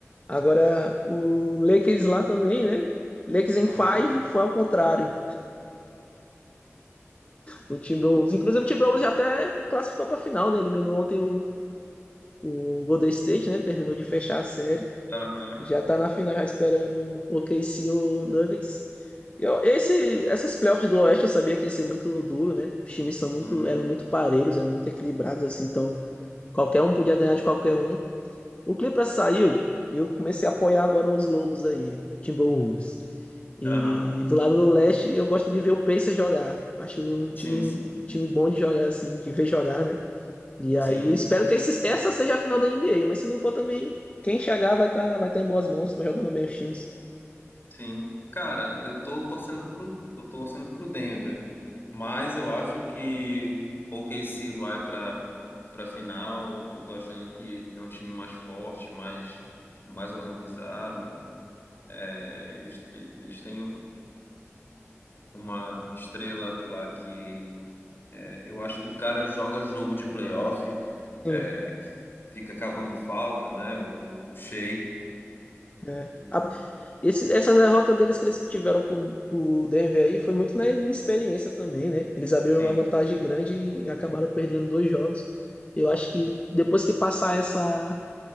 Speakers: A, on the left; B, on the left.
A: Agora, o Lakers lá também, né? Lakers em
B: Aham.
A: five foi ao contrário. O Timberwolves, inclusive o Timberwolves já até classificou para final, né? Eliminou ontem o, o Golden State, né? Terminou de fechar a série.
B: Aham.
A: Já tá na final já esperando o OKC ou Nuggets. E Eu, esse, essas playoffs do Oeste eu sabia que ia ser muito duro, né? Os times são muito,
B: Uhum.
A: eram muito parelhos, eram muito equilibrados, assim, então qualquer um podia ganhar de qualquer um. O Clippers saiu e eu comecei a apoiar agora os Lobos aí, Timberwolves. E
B: Aham.
A: do lado do Leste eu gosto de ver o Pacers jogar. Acho um
B: Sim,
A: time,
B: sim.
A: time bom de jogar, assim, de ver jogar, né? E aí
B: Sim.
A: espero que esse- essa seja a final da NBA, mas se não for também, quem chegar vai estar tá, vai tá em boas mãos, estão jogando bem os times.
B: Sim. Cara, eu tô torcendo pro, eu tô torcendo pro Denver, mas eu acho que o OKC vai para para final. Eu tô achando que é um time mais forte, mais mais organizado. É, eles eles têm uma estrela lá que é, eu acho que o cara joga jogo de playoff,
A: Sim,
B: é, fica cavando falta, né? O, o Shea.
A: é.
B: E-
A: A- esse- essa derrota deles que eles tiveram pro, pro Denver aí foi muito na inexperiência também, né? Eles abriram
B: Sim.
A: uma vantagem grande e acabaram perdendo dois jogos. Eu acho que depois que passar essa,